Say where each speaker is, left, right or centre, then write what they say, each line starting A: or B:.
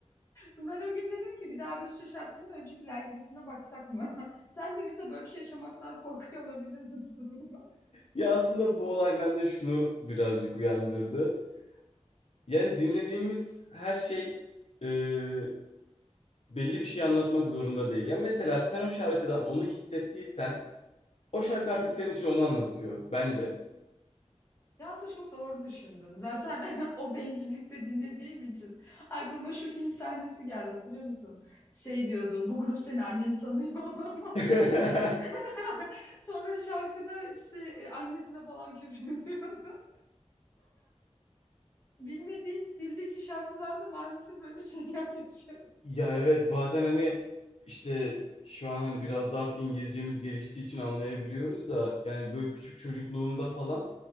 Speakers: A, on the left (about 25°); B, on the left (about 60°).
A: Ben o gün dedim ki bir daha Rusça şarkının önce bir like listesine baksak mı? <laughs> Sen de mesela böyle bir şey yaşamaktan <laughs> korkuyor olabilir misin? <laughs>
B: Ya aslında bu olay bende şunu birazcık uyandırdı. Yani dinlediğimiz her şey e, belli bir şey anlatmak zorunda değil. Ya mesela sen o şarkıdan onu hissettiysen o şarkı artık senin için onu anlatıyor bence.
A: Ya aslında çok doğru düşündün. Zaten <laughs> o bencillikte dinlediğim için aklıma şu film sahnesi geldi hatırlıyor musun? Şey diyordu bu grup senin anneni tanıyor olamaz.
B: <laughs>
A: <laughs> Sonra şarkıda işte e, annesine falan küfür ediyordu. <laughs> Bilmediğin dildeki şarkılarda maalesef böyle şeyler <laughs> yaşıyor.
B: Ya evet bazen hani işte şu an hani biraz da artık İngilizcemiz geliştiği için anlayabiliyoruz da yani böyle küçük çocukluğumda falan